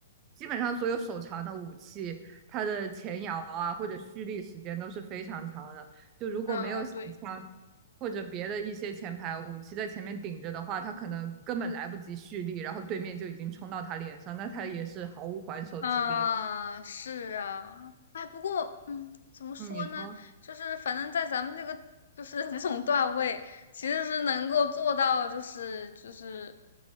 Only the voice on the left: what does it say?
啊，对。
啊，是啊，哎，不过，嗯，怎么说呢？
就是反正在咱们这个就是 <laughs> 这种段位，其实是能够做到，就是就是，